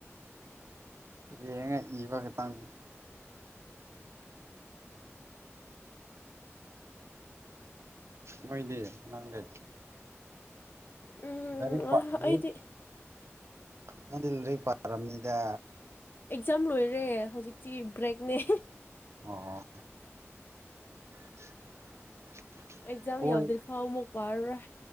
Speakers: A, on the right; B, on the left.
A: ꯌꯦꯡꯉ ꯏꯕ ꯈꯛꯇꯪꯅꯦ ꯅꯣꯏꯗꯤ ꯅꯪꯗꯤ
B: ꯎꯝ
A: ꯂꯥꯏꯔꯤꯛ
B: ꯑ,
A: ꯄ ꯂꯥꯏꯔꯤꯛ
B: ꯑꯩꯗꯤ
A: ꯅꯪꯗꯤ ꯂꯥꯏꯔꯤꯛ ꯄꯥꯔꯝꯅꯤꯗ
B: ꯑꯦꯛꯖꯥꯝ ꯂꯣꯏꯔꯦ ꯍꯧꯖꯤꯛꯇꯤ ꯕ꯭ꯔꯦꯛꯅꯦ
A: ꯑꯣ ꯑꯣ <inaudible>
B: ꯑꯦꯛꯖꯝ
A: ꯀꯣꯏ
B: ꯌꯥꯎꯗ꯭ꯔꯤ ꯐꯥꯎ ꯑꯃꯨꯛ ꯄꯥꯔꯔꯣꯏ